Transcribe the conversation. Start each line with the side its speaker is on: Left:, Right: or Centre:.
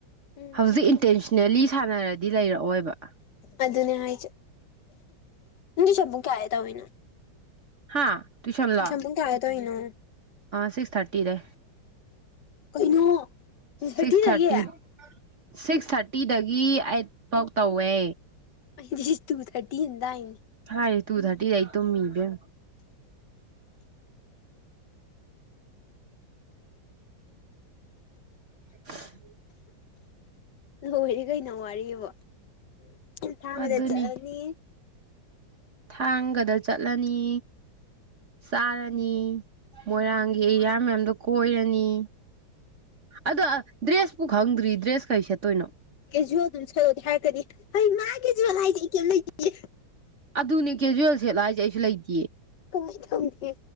Left: ꯎꯝ
Right: ꯍꯧꯖꯤꯛ ꯏꯟꯇꯦꯟꯁꯅꯦꯜꯂꯤ ꯁꯥꯟꯅꯔꯗꯤ ꯂꯩꯔꯛꯑꯣꯏꯕ
Left: ꯑꯗꯨ ꯑꯗꯨꯅ ꯍꯥꯏ ꯆꯕꯨ ꯀꯦꯑ ꯇꯕꯅ
Right: ꯍꯥ ꯇꯨꯏꯁꯟꯂꯣ
Left: ꯇꯨꯁꯟ ꯄꯨꯡ ꯀꯌꯥ ꯇꯧꯏꯅꯣ
Right: ꯁꯤꯛꯁ ꯊꯥꯔꯇꯤꯗꯦ
Left: ꯀꯩꯅꯣ ꯇꯨ ꯊꯔꯇꯤꯗꯒꯤ
Right: ꯁꯤꯛꯁ ꯊꯥꯔꯇꯤ ꯁꯤꯛꯁ ꯊꯥꯔꯇꯤꯗꯒꯤ ꯑꯩꯠ ꯐꯧ ꯇꯧꯋꯦ
Left: ꯑꯩ ꯇꯨ ꯊꯔꯇꯤ ꯍꯅꯤ
Right: ꯐꯥꯏ ꯇꯨ ꯊꯥꯔꯇꯤꯗꯥꯏ ꯇꯣ ꯃꯤꯕ <unintelligible>
Left: ꯅꯔꯤ ꯀꯩꯅꯣ ꯋꯥꯔꯤꯕ ꯏ ꯊꯥꯡꯒꯗ
Right: ꯑꯗꯨꯅꯤ
Left: ꯆꯠꯂꯅꯤ
Right: ꯊꯥꯡꯒꯗ ꯆꯠꯂꯅꯤ ꯆꯥꯔꯅꯤ ꯃꯣꯏꯔꯥꯡꯒꯤ ꯑꯦꯔꯤꯌꯥ ꯃꯌꯥꯝꯗꯣ ꯀꯣꯏꯔꯅꯤ ꯑꯗꯣ ꯗ꯭ꯔꯦꯁꯄꯨ ꯈꯪꯗ꯭ꯔꯤ ꯗ꯭ꯔꯦꯁ ꯀꯩ ꯁꯦꯠꯇꯣꯏꯅꯣ
Left: ꯀꯦꯖꯨꯋꯦꯜ ꯑꯗꯨꯝ ꯁꯠꯂꯣꯗꯤ ꯍꯥꯏꯔꯒꯗꯤ ꯍ ꯃꯥ ꯀꯦꯖ ꯍꯥꯏꯗꯤꯌꯦ ꯀꯩꯝ ꯂꯩꯇꯦ
Right: ꯑꯗꯨꯅꯦ ꯀꯦꯖꯨꯋꯦꯜ ꯁꯦꯠꯂ ꯍꯥꯏꯁꯦ ꯑꯩꯁꯨ ꯂꯩꯇꯤꯌꯦ
Left: ꯀꯃ ꯆꯗ